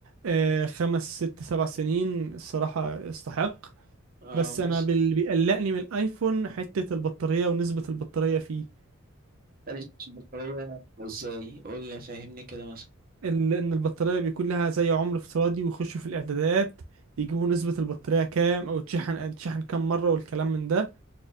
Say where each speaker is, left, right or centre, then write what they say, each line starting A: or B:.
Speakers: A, on the right; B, on the right.
A: آه، خمس ست سبع سنين الصراحه يستحق
B: اه
A: بس انا
B: بس
A: بال- بيقلقني من الايفون حته البطاريه ونسبه البطاريه فيه
B: بلاش بطارية ازاي قول لي فهمني كده مثلا
A: ال- ان البطاريه بيكون لها زي عمر افتراضي ويخشوا في الاعدادات يجيبوا نسبه البطاريه كام او تشحن تشحن كام مره والكلام من ده